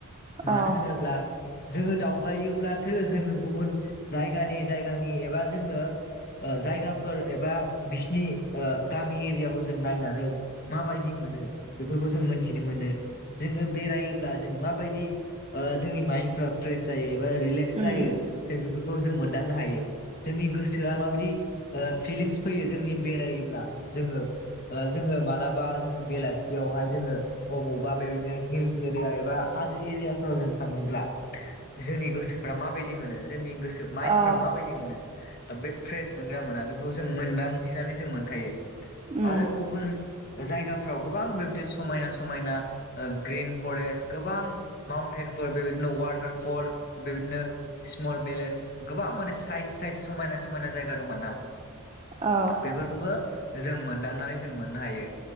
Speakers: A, on the left (about 40°); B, on the right (about 25°).
A: मानो
B: औ
A: होनोब्ला जोङो दावबायोब्लासो जोङो गुबुन जायगानि जायगानि एबा जोङो ओ जायगाफोर एबा बिसिनि ओ गामि एरियाखौ जों नायनानै माबायदि मोनो बेफोरखौ जों मोनथिनो मोनो जोङो बेरायोब्ला जों माबायदि ओ जोंनि माइनफोरा‌ फ्रेस जायो एबा रिलेक्स जायो
B: उम
A: जों बेफोरखौ मोन दांनो हायो जोंनि गोसोआ माबायदि ओ फिलिंस फैयो जोंनि बेरायोब्ला जोङो ओ जोङो मालाबा जोङो बेलासियावहाय जोङो अबावबा बेबायदिनो हिल्स एरिया बा हाजो एरियाफोराव जों थाङोब्ला जोंनि गोसोफ्रा माबायदि मोनो जोंनि माइन्दफ्रा
B: औ
A: माबायदि मोनो बे फ्रेस मोनग्रा मोना बेखौ जों मोनदांथिनानै जों मोनखायो
B: उम
A: आरो गुबुन जायगाफ्राव गोबां बेबादिनो समायना समायना ग्रिन फरेस्ट गोबां माउन्टेनफोर बेबायदिनो वाटारफल बेबायदिनो स्मल बेलेज गोबां गोबां माने साइज साइज समायना समायना जायगा दं ना
B: औ
A: बेफोरखौबो जों मोनदांनानै जों मोननो हायो